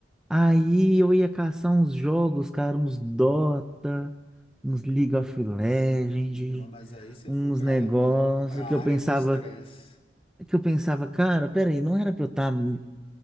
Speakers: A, in the centre; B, on the left.
A: Aí eu ia caçar uns jogos, cara, uns Dota, uns League of Legends,
B: Não, mas aí você
A: uns
B: foi pra,
A: negócios
B: pra
A: que
B: área
A: eu pensava,
B: do estresse,
A: que eu pensava, cara, peraí, não era pra eu estar me